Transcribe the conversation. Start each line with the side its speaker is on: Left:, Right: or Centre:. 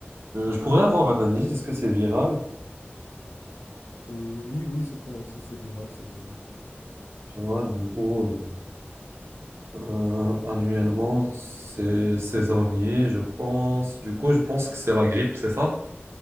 Right: Euh, je pourrais avoir un indice, est-ce que c'est viral?
Left: Euh, oui, oui, c'est un, c'est c'est viral, c'est viral.
Right: Il y en a, du coup, euh, euh, annuellement, c'est saisonnier, je pense. Du coup, je pense que c'est la grippe, c'est ça?